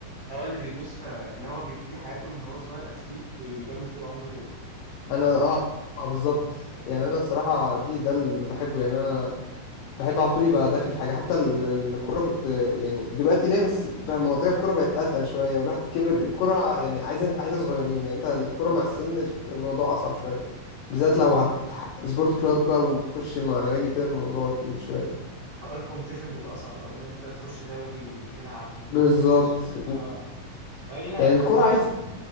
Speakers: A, on the right (about 80°); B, on the left (about 75°).
A: هو اللي بيدوس في اللي هو بيبتدي حياته من هو صغير أثليت بي- بيكمل طول عمره كده
B: انا اه آه، بالظبط يعني انا الصراحه دي ده اللي بحبه يعني انا بحب على طول يبقى داخل في حاجه حتى ال- الكوره كنت يعني دلوقتي ليه بس بقى مواضيع الكوره بقت اتقل شويه والواحد كبر
A: امم
B: الكوره يعني عايزه عايزه صغيرين يعني انت الكوره مع السن الموضوع اصعب شويه بالذات
A: ايوه بالظبط
B: لو هت سبورت كلاب بقى وتخش مع نوادي وكده الموضوع تقيل شويه
A: حوار الكومبيتيشن بيبقى أصعب أو اللي أنت تخش دوري وتلعب وتنافس
B: بالظبط
A: و- اه في أي لعبة
B: يعني
A: كمان
B: الكوره
A: في مصر
B: عايز